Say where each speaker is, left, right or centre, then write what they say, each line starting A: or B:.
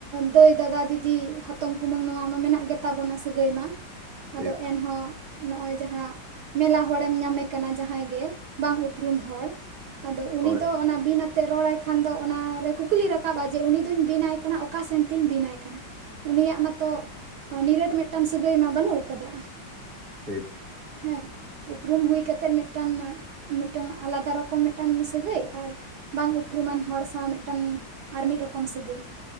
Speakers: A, on the right; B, on the right.
A: ᱫᱟᱹᱭ ᱫᱟᱫᱟ ᱫᱤᱫᱤ ᱦᱟᱛᱚᱢ ᱠᱩᱢᱟᱹᱝ ᱱᱚᱶᱟ ᱢᱟ ᱢᱮᱱᱟᱜ ᱜᱮ ᱛᱟᱵᱚᱱᱟ ᱥᱟᱹᱜᱟᱹᱭ ᱢᱟ
B: ᱴᱷᱤᱠ
A: ᱟᱫᱚ ᱮᱱᱦᱚᱸ ᱱᱚᱜᱼᱚᱭ ᱡᱟᱦᱟᱸ ᱢᱮᱞᱟ ᱦᱚᱲᱮᱢ ᱧᱟᱢᱮ ᱠᱟᱱᱟ ᱡᱟᱦᱟᱸᱭ ᱜᱮ ᱵᱟᱝ ᱩᱯᱨᱩᱢ ᱦᱚᱲ ᱟᱫᱚ ᱩᱱᱤ
B: ᱦᱳᱭ
A: ᱫᱚ ᱚᱱᱟ ᱵᱤᱱ ᱟᱛᱮᱫ ᱨᱚᱲᱟᱭ ᱠᱷᱟᱱ ᱫᱚ ᱚᱱᱟᱨᱮ ᱠᱩᱠᱞᱤ ᱨᱟᱠᱟᱵ ᱡᱮ ᱩᱱᱤ ᱫᱚᱧ ᱵᱤᱱᱟᱭ ᱠᱟᱱᱟ ᱚᱠᱟ ᱥᱮᱱ ᱛᱤᱧ ᱵᱤᱱᱟᱭ ᱠᱟᱱᱟ᱾ ᱩᱱᱤᱭᱟᱜ ᱢᱟᱛᱚ ᱱᱤᱨᱟᱹᱴ ᱢᱤᱫ ᱴᱟᱱ ᱥᱟᱹᱜᱟᱹᱭ ᱢᱟ ᱵᱟᱹᱱᱩᱜ ᱠᱟᱫᱟ
B: ᱴᱷᱤᱠ
A: ᱦᱮᱸ ᱩᱯᱨᱩᱢ ᱦᱩᱭ ᱠᱟᱛᱮᱫ ᱢᱤᱫᱴᱟᱱ ᱢᱤᱫ ᱴᱟᱝ ᱟᱞᱟᱫᱟ ᱨᱚᱠᱚᱢ ᱢᱤᱫ ᱴᱟᱝ ᱥᱟᱹᱜᱟᱹᱭ ᱟᱨ ᱵᱟᱝ ᱩᱯᱨᱩᱢᱟᱱ ᱦᱚᱲ ᱥᱟᱶ ᱢᱤᱫ ᱴᱟᱱ ᱟᱨ ᱢᱤᱫ ᱨᱚᱠᱚᱢ ᱥᱟᱹᱜᱟᱹᱭ᱾